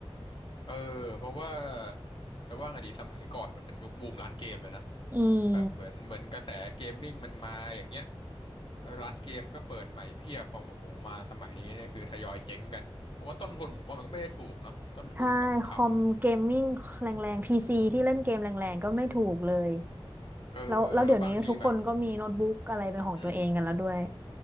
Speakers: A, on the left; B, on the right.
A: เออเพราะว่าจะว่าไงดีสมัยก่อนมันเป็นยุคบูมร้านเกมเลยนะ
B: <laughs> อืม
A: แบบเหมือนเหมือนกระแสเกมมิ่งมันมาอย่างเงี้ยแล้วร้านเกมก็เปิดใหม่เพียบพอโอ้โหมาสมัยนี้เนี่ยคือทยอยเจ๊งกันเพราะว่าต้นทุนผมว่ามันก็ไม่ได้ถูกเนาะต้นทุนแบบทำ
B: ใช่คอมเกมมิ่งแรงๆพีซีที่เล่นเกมแรงๆก็ไม่ถูกเลย
A: เออแล้วบางทีแบบ
B: แล้วแล้วเดี๋ยวนี้ทุกคนก็มีโน้ตบุ๊กอะไรเป็นของตัวเองกันแล้วด้วย
A: อืม